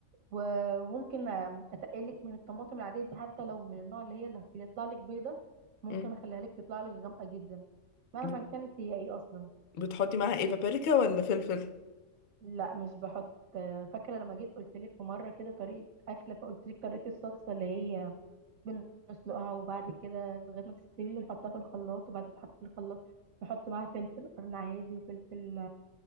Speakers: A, on the right (about 85°); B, on the left (about 50°).
A: وممكن اتقلك من الطماطم العاديه دي حتى لو من النوع اللي هي اللي هتطلع لك بيضه ممكن
B: مم.
A: اخليها لك تطلع لك غامقه جدا مهما
B: بت-
A: كانت هي ايه اصلا
B: بتحطي معاها ايه بابريكا ولا فلفل
A: لا مش بحط آه، فاكره لما جيت قلت لك في مره كده طريقه اكله فقلت لك طريقه الصلصه اللي هي بنسلقها وبعد كده لغاية ما تستوي ونحطها في الخلاط وبعد ما تتحط في الخلاط نحط معاها فلفل قرن عادي وفلفل